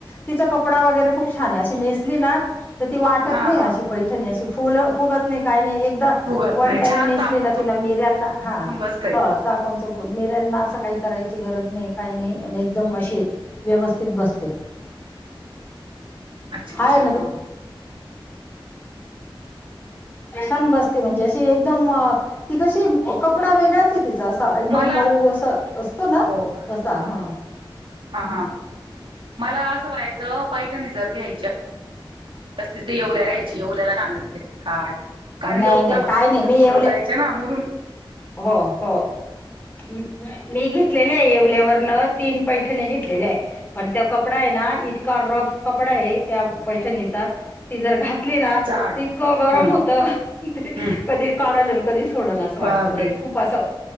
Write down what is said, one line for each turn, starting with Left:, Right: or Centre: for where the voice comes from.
Left: तिचा कपडा वगैरे खूप छान आहे अशी नेसली ना तर वाटत
Right: हा
Left: नाही
Right: हा
Left: अशी पैठणी अशी फुगत नाही, काही नाही एक
Right: फुगत
Left: वन
Right: नाही
Left: टाईम
Right: छान
Left: नेसली
Right: चापून
Left: ना तिला मिऱ्यांना हा
Right: चोपून बसतय
Left: हो चापण चोपून मिऱ्यांना असं काही करायची गरज नाही काही नाही एकदम अशी व्यवस्थित बसते
Right: अच्छा
Left: हाय
Right: अच्छा
Left: नदी
Right: हा
Left: छान बसते म्हणजे अशी एकदम तिथचं कपडा वे वेगळाच आहे तिचा असा एकदम
Right: मला
Left: मऊ अस असतो ना
Right: हो का
Left: तसा हा
Right: हा
Left: हम्
Right: हा मला असं व्हायचं पैठणी जर घ्यायची कसले ते येवला यायची येवल्याला छानय काट कारण
Left: नाही
Right: येवला
Left: नाही
Right: मार्ग
Left: काय नाही मी येवले
Right: बोलायचं चला ना मुरून
Left: हो हो मी घेतलेले आहे येवल्यावरनं तीन पैठणी घेतलेल्या आहे पण त्या कपडा आहे ना इतका रफ कपडा आहे त्या पैठणीचा ती जर घातली ना
Right: जाड
Left: इतकं गरम
Right: हं,
Left: होत ते कधी
Right: हं.
Left: कधी काढालं कधी सोडलं असं वाटतं
Right: बापरे
Left: खुप असं